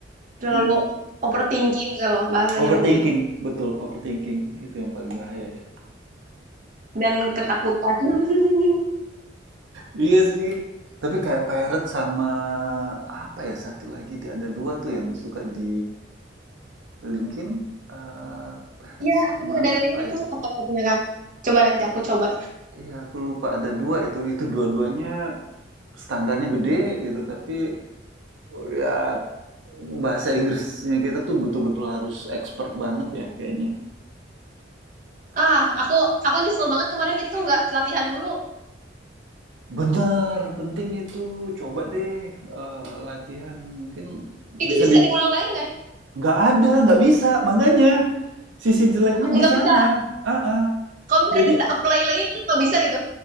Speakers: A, on the right; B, on the right.
A: Terlalu
B: Mm.
A: overthinking kalau bahasanya
B: Overthinking,
A: mungkin.
B: betul, overthinking itu yang paling bahaya ya.
A: Dan ketakutan. <laughs>
B: Iya sih. Tapi kayak Pirate sama apa ya satu lagi dia ada dua tuh yang suka di linkin eh Pirate
A: Iya,
B: sama
A: aku juga dadalingin
B: apa
A: itu
B: ya?
A: apa satunya Kak? Coba nanti aku coba.
B: Iya aku lupa ada dua itu itu dua-duanya standarnya gede gitu tapi oh ya bahasa Inggrisnya kita tuh betul-betul harus expert banget ya kayaknya
A: Ah, aku aku nyesel banget kemarin itu nggak latihan dulu.
B: Bener, penting itu. Coba deh, eee, latihan. Mungkin
A: Itu
B: bisa
A: bisa
B: di
A: diulang lagi nggak?
B: nggak ada, nggak bisa. Makanya, sisi jeleknya di
A: Nggak
B: sana.
A: bisa.
B: ah ah.
A: Kalau misalnya
B: Jadi,
A: kita apply lagi itu nggak bisa gitu.